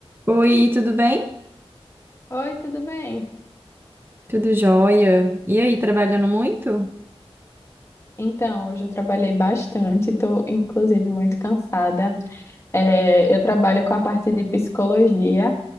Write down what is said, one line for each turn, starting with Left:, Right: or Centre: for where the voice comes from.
Right: Oi, tudo bem?
Left: Oi, tudo bem?
Right: Tudo jóia? E aí, trabalhando muito?
Left: Então, hoje eu trabalhei bastante, estou inclusive muito cansada. É, eu trabalho com a parte de psicologia,